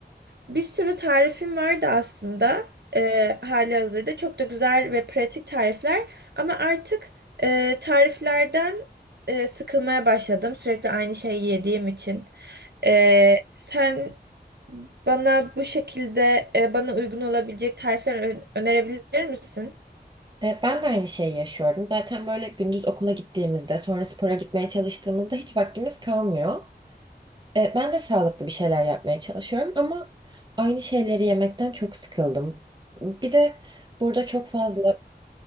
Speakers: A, on the right; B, on the right.
A: bir sürü tarifim vardı aslında eee hali hazırda. Çok da güzel ve pratik tarifler. Ama artık eee, tariflerden eee, sıkılmaya başladım. Sürekli aynı şeyi yediğim için. Eee, sen bana bu şekilde eee, bana uygun olabilecek tarifler ö- önerebilir misin?
B: E, Ben de aynı şeyi yaşıyorum. Zaten böyle gündüz okula gittiğimizde, sonra spora gitmeye çalıştığımızda hiç vaktimiz kalmıyor. E, Ben de sağlıklı bir şeyler yapmaya çalışıyorum ama aynı şeyleri yemekten çok sıkıldım. Bir de burada çok fazla,